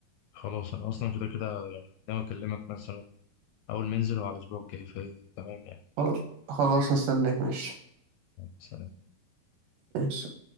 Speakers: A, on the left; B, on the right.
A: خلاص انا اصلا كده كده يعني ناوي اكلمك مثلا اول ما ينزل هو على الاسبوع الجاي فهي تمام يعني
B: خلاص خلاص هستناك ماشي
A: سلام
B: ماشي